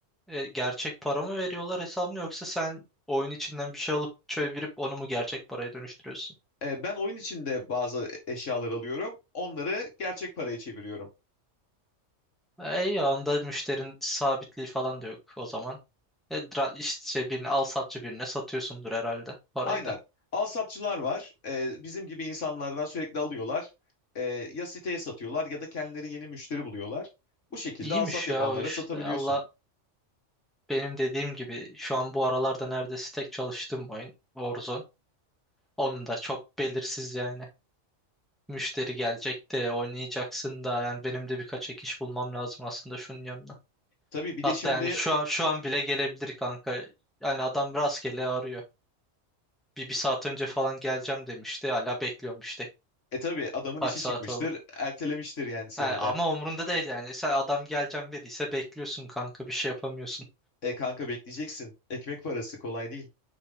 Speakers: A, in the centre; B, on the left (about 75°).
A: e, gerçek para mı veriyorlar hesabını yoksa sen oyun içinden bir şey alıp çevirip onu mu gerçek paraya dönüştürüyorsun?
B: E, ben oyun içinde bazı eşyalar alıyorum. Onları gerçek paraya çeviriyorum.
A: E, iyi, onda müşterinin sabitliği falan da yok o zaman. E, dra- işte şey, birini al satçı birine satıyorsundur herhalde parayı
B: Aynen.
A: da.
B: Alsatçılar var. Ee, bizim gibi insanlardan sürekli alıyorlar. Ee, ya siteye satıyorlar ya da kendileri yeni müşteri buluyorlar. Bu şekilde
A: İyiymiş
B: alsat yapanlara
A: ya o işte.
B: satabiliyorsun.
A: Allah benim dediğim gibi şu an bu aralarda neredeyse tek çalıştığım oyun Warzone. Onun da çok belirsiz yani. Müşteri gelecek de oynayacaksın da yani benim de birkaç ek iş bulmam lazım aslında şunun yanına.
B: Tabii bir
A: Hatta
B: de şimdi
A: yani şu an şu an bile gelebilir kanka. Yani adam rastgele arıyor. Bir, bir saat önce falan geleceğim demişti. Hala bekliyorum işte.
B: e tabii adamın
A: Kaç
B: işi
A: saat
B: çıkmıştır.
A: oldu?
B: Ertelemiştir yani seni
A: Ha,
B: de.
A: ama umrunda değil yani. Sen adam geleceğim dediyse bekliyorsun kanka bir şey yapamıyorsun.
B: E kanka bekleyeceksin. Ekmek parası kolay değil.